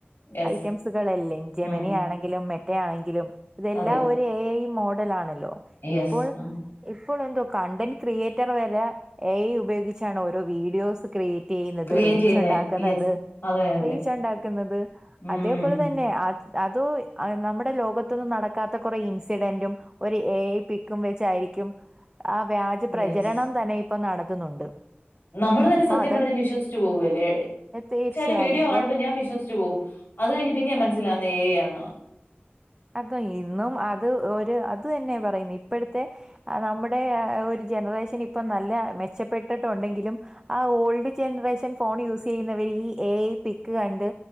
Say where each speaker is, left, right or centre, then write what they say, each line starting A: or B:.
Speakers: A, on the left; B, on the right.
A: യെസ്.
B: ഐറ്റംസ് കളല്ലാം ജമനി
A: ഉം.
B: ആണെങ്കിലും മെ റ്റ ആണെങ്കിലും ഇതെല്ലാം
A: അതെ.
B: ഒരു എ ഐ മോഡലാണല്ലോ
A: യെസ്.
B: ഇപ്പോൾ
A: ആ.
B: ഇ ഇപ്പോൾ എന്തോ കണ്ടന്റ് ക്രിയേറ്റർ വരെ എ ഐ ഉപയോഗിച്ചാണ് ഓരോ വീഡിയോസ് ക്രിയേ റ്റ് ചെയ്യുന്നത്
A: ക്രിയേറ്റ്
B: റീച്ച്
A: ചെയ്യുന്നേ
B: ഉണ്ടാക്കുന്നത്.
A: യെസ് അതെ അതെ
B: റീച്ച് ഉണ്ടാക്കുന്നത്
A: ഉം
B: അതേപോലെ തന്നെ ആ അതോയ് നമ്മുടെ ലോകത്തൊന്നും നടക്കാത്ത കുറെ ഇൻസിഡന്റും ഒരു എ ഐ പിക്കും വെച്ചായി രിക്കും ആ വ്യാജ പ്രചരണം
A: യെസ്
B: തന്നെ ഇപ്പൊ നടത്തുന്നുണ്ട്.
A: നമ്മള് തന്നെ
B: അപ്പൊ
A: സത്യം
B: അതൊ
A: പറഞ്ഞ വിശ്വസിച്ചു പോകുവല്ലേ.
B: തീർച്ചയായും
A: ചെല വീഡിയോ
B: ഇപ്പോൾ
A: കാണുമ്പോ ഞൻ വിശ്വസിച്ച് പോവും അത് കഴിഞ്ഞ് പിന്നെ മനസ്സിലാവുന്ന ഏ ഐ ആണെന്ന്.
B: അത ഇന്നും അത് ഒരു അത് തന്നെ പറയുന്ന ഇപ്പോഴത്തെ നമ്മുടെ ഒരു ജനറേഷൻ ഇപ്പം നല്ല മെച്ചപ്പെട്ടിട്ടുണ്ടെങ്കിലും ആ ഓൾഡ് ജൻറേഷൻ ഫോൺ യൂസ് ചെയ്യുന്നവ ഈ എ ഐ പിക്ക് കണ്ട്